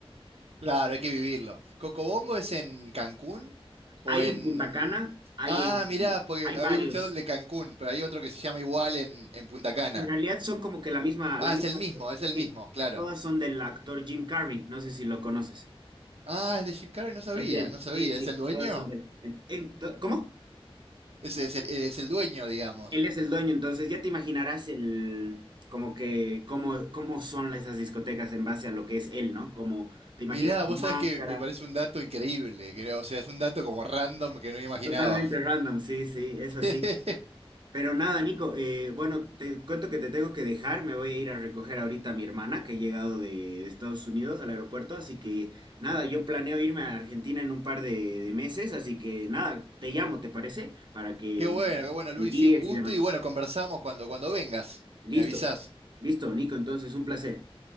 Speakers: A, on the right; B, on the right.
A: Claro, hay que vivirlo. ¿Cocobongo es en Cancún o
B: Hay
A: en...
B: en Punta Cana, hay
A: Ah,
B: en,
A: mirá, porque
B: hay
A: había
B: varios.
A: escuchado el de Cancún, pero hay otro que se llama igual en, en Punta Cana.
B: En realidad son como que la misma,
A: Ah,
B: la misma,
A: es el mismo, es el
B: sí,
A: mismo, claro.
B: todas son del actor Jim Carrey, no sé si lo conoces.
A: Ah, es de Jim Carrey, no sabía,
B: Es de él,
A: no sabía.
B: sí, sí,
A: ¿Es el dueño?
B: todas son de él. En- en to- ¿cómo?
A: Ese es el, es el dueño, digamos.
B: Él es el dueño, entonces ya te imaginarás el, como que, cómo, cómo son esas discotecas en base a lo que es él, ¿no? Como te
A: Mirá,
B: imaginas la
A: vos
B: máscara,
A: sabés que me parece un dato increíble, que, no- o sea, es un dato como random que no imaginaba.
B: totalmente random, sí, sí, es
A: <laughs>
B: así. Pero nada, Nico, eh, bueno, te cuento que te tengo que dejar, me voy a ir a recoger ahorita a mi hermana que ha llegado de, de Estados Unidos al aeropuerto, así que nada, yo planeo irme a Argentina en un par de, de meses, así que nada, te llamo, ¿te parece? Para que
A: Qué bueno, qué bueno, Luis,
B: me guíes
A: sí, un gusto
B: y demás.
A: y bueno, conversamos cuando, cuando vengas.
B: Listo,
A: Me avisás.
B: listo, Nico, entonces un placer.